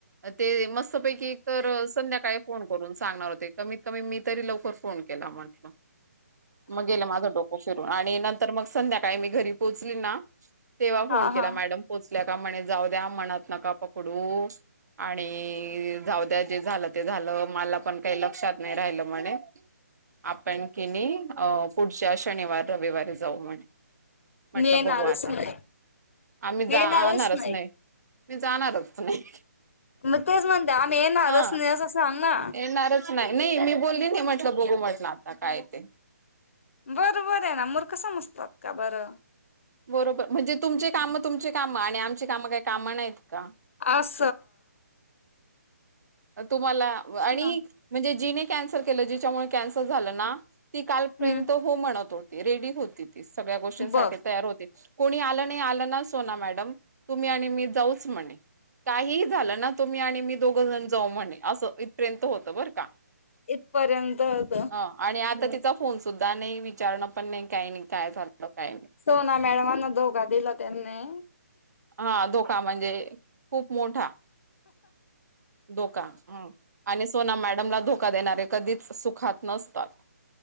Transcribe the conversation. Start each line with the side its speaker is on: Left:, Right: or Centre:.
Right: ते म पैकी तर संध्याकाळी फोन करून सांगणार होते, कमीत कमी मी तरी लवकर फोन केला म्हटल, मग गेल माझ डोकं फिरून आणि नंतर मग? संध्याकाळी मी घरी पोहोचली ना! तेव्हा फोन
Left: हा
Right: केला
Left: हा
Right: मॅडम पोचल्या का म्हणे. जाऊ द्या म्हणत नका पकडू. आणि जाऊद्या जे झालं ते झालं मला पण काही लक्षात नाही राहिलं म्हणे? आपण कि नाही पुढच्या शनिवार रविवारी जाऊ म्हणे, म्हटलं
Left: मी येणारच
Right: बघू आता
Left: नाही
Right: आम्ही
Left: मी
Right: जाणार.
Left: येणारच नाही
Right: मी जाणारच नाही.
Left: मग तेच म्हणते आम्ही येणारच
Right: हा
Left: नाही असं सांग ना
Right: येणारच नाही नाही मी बोलली नाही म्हटलं बोलू म्हटल. आता काय य ते?
Left: बरोबर आहे ना मूर्ख समजतात का बरं?
Right: बरोबर म्हणजे तुमचे काम तुमचे काम आणि आमची काम काही कामं नाहीत का?
Left: अस
Right: तुम्हाला आणि
Left: ना
Right: म्हणजे जीने कॅन्सल केलं जिच्यामुळे कॅन्सल झालं ना? ती कालपर्यंत
Left: हम्म
Right: हो म्हणत होती रेडी होती ती सगळ्या गोष्टींसाठी
Left: बघ
Right: तयार होती. कोणी आलं नाही आलं ना सोना मॅडम तुम्ही आणि मी जाऊच म्हणे? काहीही झालं ना तुम्ही आणि मी दोघ जण जाऊ म्हणे असं इथपर्यंत होतं बरं का?
Left: इथपर्यंत होत.
Right: ह आणि आता तिचा फोन सुद्धा नाही विचारण पण नाही काही काय झालं? काही नाही
Left: सोना मॅडमांना धोका दिला त्यांनी
Right: हा धोका म्हणजे खूप मोठा धोका ह आणि सोना मॅडमला धोका देणारे कधीच सुखात नसतात.